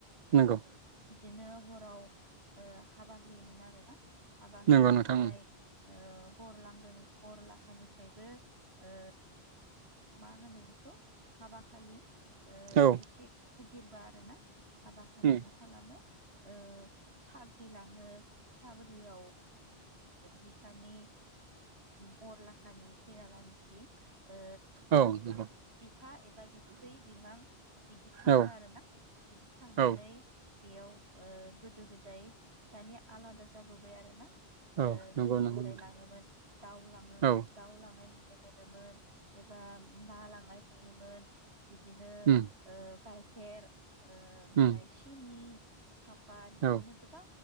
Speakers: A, on the right; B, on the right.
A: नंगौ।
B: बिदिनो हराव हाबा ओ होयोमोन आरोना। हाबा होनो
A: नंगौ नोंथां
B: थाखाय ओ बरलांगोनि बरलाहानिफ्रायबो ओ मा होनो बेखौ हाबाखालि ओ
A: औ
B: एसे गिदिरबा आरो ना हाबा खालि
A: उम
B: मा खालामो ओ साब्रि लाङो, साब्रियाव बिसानि बरलाहानि खैनालाहानिथिं ओ
A: औ नंगौ
B: बिफा एबा बिबथै बिमां बिदि थाङो
A: औ
B: आरोना। बिदि थांनानै
A: औ
B: बेयाव ओ गोदो गोदाय दानिया आलादा जाबोबाय आरोना। ओ
A: औ नंगौ
B: गोदो
A: नंगौ
B: गोदाय
A: नोंथां
B: लाङोमोन, दाउ लांनो
A: औ
B: दाउ लांनाय नुनो मोनोमोन एबा ना लांनाय नुयोमोन। बिदिनो
A: उम
B: ओ गाइखेर ओमफाय
A: उम
B: सिनि साप पाट बिदिनो
A: औ
B: गोबां